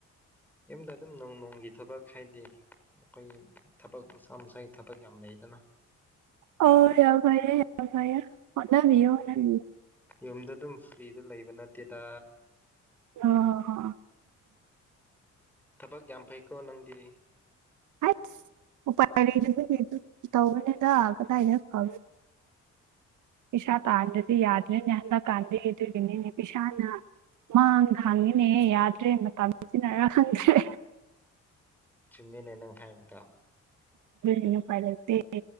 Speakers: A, in the centre; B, on the right.
A: ꯌꯨꯝꯗ ꯑꯗꯨꯝ ꯅꯣꯡ ꯅꯣꯡꯒꯤ ꯊꯕꯛ ꯍꯥꯏꯗꯤ꯫ ꯑꯩꯈꯣꯏꯒꯤ ꯊꯕꯛ ꯃꯁꯥ ꯃꯁꯥꯒꯤ ꯊꯕꯛ ꯌꯥꯝ ꯂꯩꯗꯅ꯫
B: ꯑꯣ ꯌꯥꯝ ꯐꯩꯌꯦ ꯌꯥꯝ ꯐꯩꯌꯦ ꯍꯣꯠꯅꯕꯤꯌꯨ ꯍꯣꯠꯅꯕꯤꯌꯨ꯫
A: ꯌꯨꯝꯗ ꯑꯗꯨꯝ ꯐ꯭ꯔꯤꯗ ꯂꯩꯕ ꯅꯠꯇꯦꯗ꯫
B: ꯑꯣ ꯍ
A: ꯊꯕꯛ ꯌꯥꯝ ꯐꯩꯀꯣ ꯅꯪꯗꯤ
B: ꯑꯁ ꯎꯄꯥꯏ ꯇꯧꯅꯦꯗꯒꯗꯥ ꯍꯥꯏꯩꯅ ꯐ ꯄꯁꯥ ꯇꯥꯔꯗꯗꯤ ꯌꯥꯗꯅꯦ ꯅꯍꯟꯗ ꯀꯥꯟꯙꯗꯨ ꯀꯅꯤꯅꯦ ꯄꯤꯁꯥꯅ ꯃꯥꯡꯗ ꯍꯥꯡꯉꯤꯅꯦꯍ ꯌꯥꯗ꯭ꯔꯦ ꯃꯇꯝ ꯁꯤꯖꯤꯟꯅꯔ ꯈꯪꯗ꯭ꯔꯦ
A: ꯆꯨꯝꯃꯤꯅꯦ ꯅꯪ ꯍꯥꯏꯥꯏꯕꯗ
B: ꯎꯅ ꯄꯔ ꯇꯦ